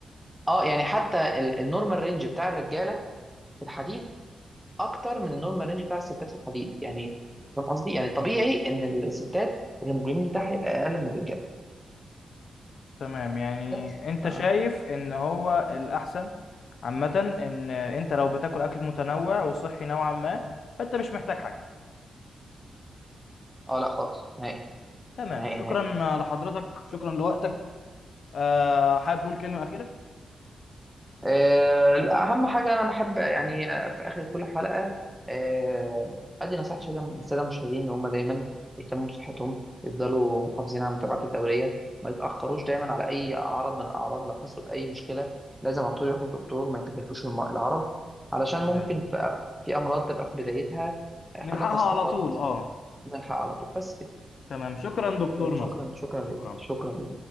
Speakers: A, in the centre; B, on the left.
A: اه يعني حتى ال- النورمال رينج بتاع الرجاله في الحديد اكتر من النورمال رينج بتاع الستات في الحديد يعني فاهم قصدي يعني طبيعي ان الستات الهيموجلوبين بتاعها يبقى اقل من الرجاله
B: تمام يعني
A: بس
B: أنت
A: ف...
B: شايف إن هو الأحسن عامة إن أنت لو بتاكل أكل متنوع وصحي نوعا ما فأنت مش محتاج حاجة
A: اه لا خالص نهائي
B: تمام
A: نهائي
B: شكرا
A: نهائي
B: لحضرتك شكرا لوقتك آه حابب تقول كلمة أخيرة؟
A: آه، لا، اهم حاجه انا بحب يعني آه، في اخر كل حلقه آه، ادي نصيحه للساده للسادة المشاهدين ان هم دايما يهتموا بصحتهم يفضلوا محافظين على متابعه الدوريه ما يتاخروش دايما على اي عرض من الاعراض لو حسوا باي مشكله لازم على طول يروحوا للدكتور ما يتجاهلوش الم- العرض علشان
B: تمام
A: ممكن في في امراض تبقى في بدايتها آه، حاجات
B: نلحقها
A: بسيطه
B: على
A: خالص
B: طول اه
A: نلحق على طول بس كده
B: تمام شكرا دكتور
A: آه، شكرا
B: نظم
A: شكرا
B: شكرا
A: ليك شكرا